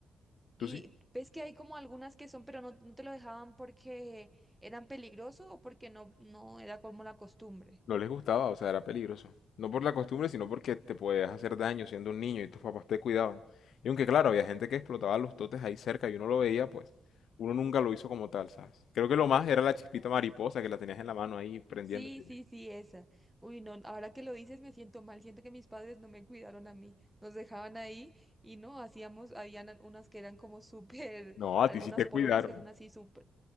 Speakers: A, on the left; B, in the centre.
A: ¿Tú
B: Y
A: sí?
B: ves que hay como algunas que son, pero no, no te lo dejaban porque eran peligrosos o porque no, no era como la costumbre.
A: No les gustaba, o sea, era peligroso. No por la costumbre, sino porque te podías hacer daño siendo un niño y tus papás te cuidaban. Y aunque claro, había gente que explotaba los totes ahí cerca y uno lo veía, pues uno nunca lo hizo como tal, ¿sabes? Creo que lo más era la chispita mariposa que la tenías en la mano ahí prendiéndose.
B: Sí, sí, sí, esa. Uy, no, ahora que lo dices me siento mal, siento que mis padres no me cuidaron a mí, nos dejaban ahí y no, hacíamos, habían a- unas que eran como <laughs> súper,
A: No, a
B: algunas
A: ti sí te
B: pólvoras
A: cuidaron.
B: que son así súper,